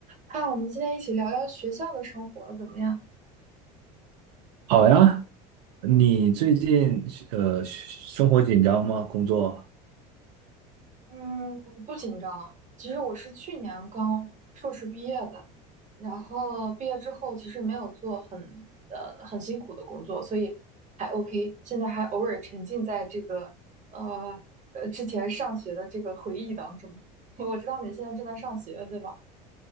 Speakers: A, on the right (about 35°); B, on the right (about 85°).
A: 嗨，我们今天一起聊聊学校的生活怎么样？
B: 好呀，你最近呃生活紧张吗？工作？
A: 嗯，不紧张啊。其实我是去年刚硕士毕业的，然后毕业之后其实没有做很呃很辛苦的工作，所以还 OK。现在还偶尔沉浸在这个呃呃之前上学的这个回忆当中。<laughs> 我知道你现在正在上学，对吧？